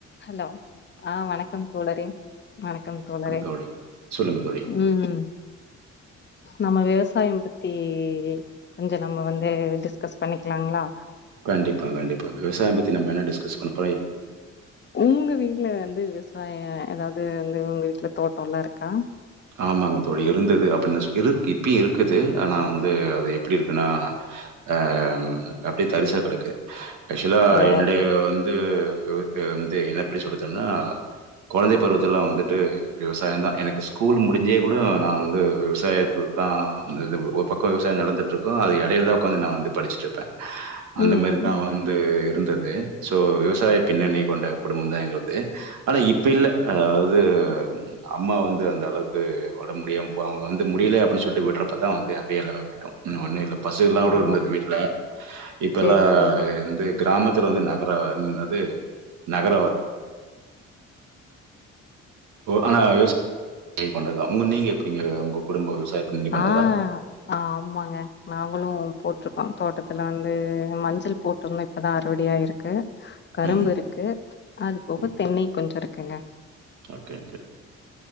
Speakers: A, on the left; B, on the right.
A: Hello ஆ வணக்கம் தோழரே வணக்கம் தோழரே
B: தோழி சொல்லுங்க தோழி
A: ம் நம்ம விவசாயம் பத்தி கொஞ்சம் நம்ம வந்து டிஸ்கஸ் பண்ணிக்களாங்களா
B: கண்டிப்பா கண்டிப்பா விவசாயம் பத்தி நம்ம என்ன டிஸ்கஸ் பண்ணும்
A: உங்க வீட்டுல வந்து விவசாயம் அதாவது வந்து உங்க வீட்ல தோட்டம்லாம் இருக்கா
B: ஆமாங்க தோழி இருந்தது அப்படின்னு சொ இருக்கு இப்பயும் இருக்குது ஆனா வந்து அது எப்படி இருக்குன்னா அ அப்படியே தரிசா கெடக்கு ஆக்சுவலா
A: ஓ
B: என்னுடைய வந்து வந்து என்ன எப்படி சொல்றதுன்னா குழந்தை பருவத்துலாம் வந்துட்டு விவசாயம் தான் எனக்கு ஸ்கூல் முடிஞ்சே கூட நான் வந்து விவசாயத்து தான் இ ஒரு பக்கம் விவசாயம் நடந்துட்டுருக்கும் அது இடையில தான் உட்காந்து நான் வந்து படிச்சட்டுருப்பேன் அந்த
A: ம்
B: மாரிதான்
A: ம் ம்
B: வந்து இருந்தது சோ விவசாய பின்னணி கொண்ட குடும்பம் தான் எங்களது ஆனா இப்ப இல்ல அதாவது அம்மா வந்து அந்த அளவுக்கு உடம்பு முடியாமல் போனவுங்க வந்து முடியல அப்படின்னு சொல்லி விடறப்ப தான் வந்து அப்படியே எல்லாமே விட்டுடோம் ஒன்னும் இல்லை பசு இல்லாம் கூட
A: ஓ
B: இருந்தது வீட்டுல இப்ப
A: சேரி
B: எல்லாம்
A: சேரி
B: வந்து கிராமத் து நகர என்னது நகர ஆனா விவசாய கொண்டது தான் உங்க நீங்க எப்படிங்க உங்க குடும்ப விவசாயம் பண்ணி கொண்டதா
A: ஆ ஆ ஆமாங்க நாங்களும் போட்டிருக் கோம் தோட்டத்துல வந்து மஞ்சள் போட்டுருந்தோம் இப்பதான் அறுவடை ஆயிருக்கு கரும்பு
B: ம் ம்
A: இருக்கு அது போக
B: ம்.
A: தென்னை கொஞ்சம் இருக் குங்க
B: ஓகே ஓகே